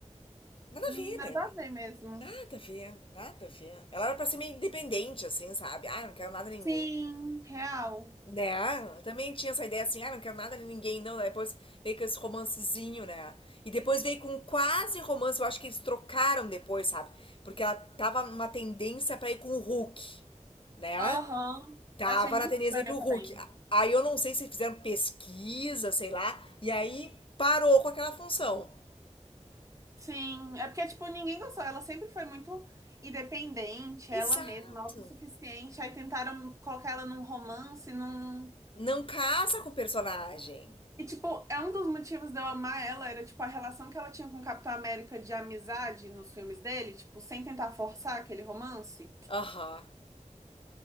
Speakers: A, on the left; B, on the right.
A: Nada
B: hum,
A: a ver,
B: nada
A: né?
B: a ver mesmo.
A: Nada a ver, nada a ver. Ela era pra ser meio independente, assim, sabe? Ah, não quero nada de ninguém.
B: Sim, real.
A: Né? Eu também tinha essa ideia assim, ah, não quero nada de ninguém, não. Daí Depois veio com esse romancezinho, né? E depois veio com quase romance. Eu acho que eles trocaram depois, sabe? Porque ela tava numa tendência pra ir com o Hulk, né?
B: Aham.
A: Tava
B: Achei muito
A: na tendência
B: estranha
A: aí pro Hulk.
B: também.
A: Aí eu não sei se fizeram pesquisa, sei lá, e aí parou com aquela função.
B: Sim, é porque, tipo, ninguém gostou. Ela sempre foi muito independente, ela
A: Exato.
B: mesma, autossuficiente. Aí tentaram colocar ela num romance, num.
A: Não casa com o personagem.
B: E, tipo, é um dos motivos de eu amar ela, era, tipo, a relação que ela tinha com o Capitão América de amizade nos filmes dele, tipo, sem tentar forçar aquele romance.
A: Aham.